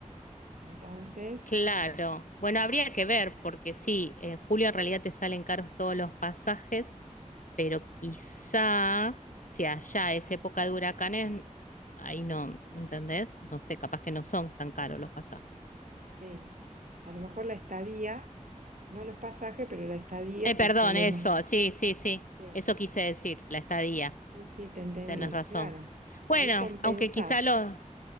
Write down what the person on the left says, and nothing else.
Claro, bueno, habría que ver, porque sí, en julio en realidad te salen caros todos los pasajes, pero quizá si allá es época de huracanes, ahí no, ¿me entendés? No sé, capaz que no son tan caros los pasajes.
Eh,
perdón,
eso,
sí, sí, sí,
eso quise decir, la estadía,
tenés razón.
Bueno,
aunque quizá los,